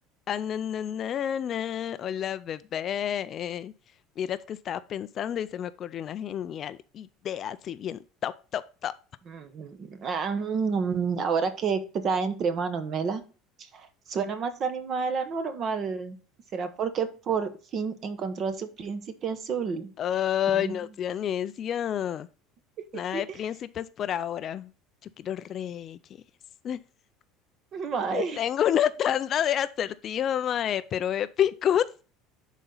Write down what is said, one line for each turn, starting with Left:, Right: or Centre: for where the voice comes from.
Left: Ah, na, na, na, na. Hola, bebé. Miras que estaba pensando y se me ocurrió una genial idea, así bien top, top, top.
Right: Mm, ah, mm, Ahora que trae entre manos, Mela, suena más animada de la normal. ¿Será porque por fin encontró a su príncipe azul?
Left: Ay,
Right: Mm,
Left: no sea necia.
Right: <laughs>
Left: Nada de príncipes por ahora. Yo quiero reyes. <laughs>
Right: Mae.
Left: Tengo una tanda de acertijos, mae, pero épicos.